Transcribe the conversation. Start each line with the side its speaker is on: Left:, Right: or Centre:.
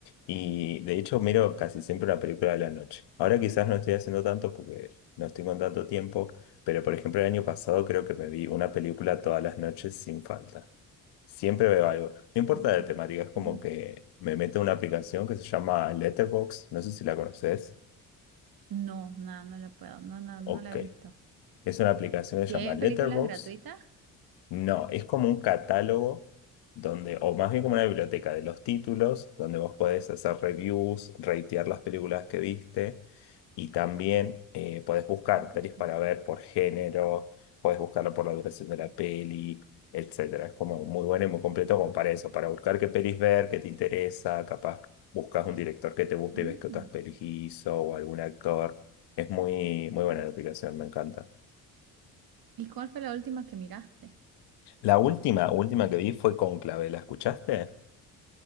Left: Y de hecho miro casi siempre una película de la noche. Ahora quizás no estoy haciendo tanto porque no estoy con tanto tiempo, pero por ejemplo el año pasado creo que me vi una película todas las noches sin falta. Siempre veo algo. No importa
Right: Mm.
Left: la temática, es como
Right: Ujú.
Left: que me meto en una aplicación que se llama Letterboxd, no sé si la conoces.
Right: No, no, no la puedo, no, no, no
Left: Ok.
Right: la he visto.
Left: Es una aplicación que
Right: ¿Y
Left: se llama
Right: hay
Left: Letterboxd
Right: películas gratuitas?
Left: No, es como un catálogo donde, o más bien como una biblioteca de los títulos, donde vos podés hacer reviews, ratear las películas que viste y también eh, podés buscar
Right: Ujú.
Left: pelis para ver por género, podés buscarlo por la duración de la peli, etcétera. Es como muy bueno y muy completo como para eso, para buscar qué pelis ver, qué te interesa, capaz buscas un director que te guste
Right: Mm.
Left: y ves qué otras pelis hizo o algún actor. Es muy, muy buena la aplicación, me encanta.
Right: ¿Y cuál fue la última que miraste?
Left: La última, última que vi fue Cónclave, ¿la escuchaste?